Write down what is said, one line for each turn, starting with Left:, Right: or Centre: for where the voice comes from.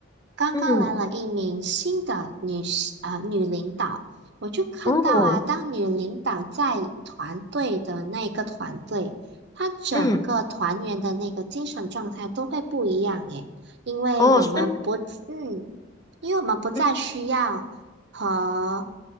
Right: 刚刚来了一名新的女士啊、
Left: 嗯
Right: 女领导，我就看到啊，
Left: 哦，
Right: 当女领导在团队的那个团队，她整个团员的那个精神状态都会不一样耶，
Left: 嗯，
Right: 因为我们不，
Left: 哦，是吗？
Right: 嗯，因为我们不再需要和
Left: 嗯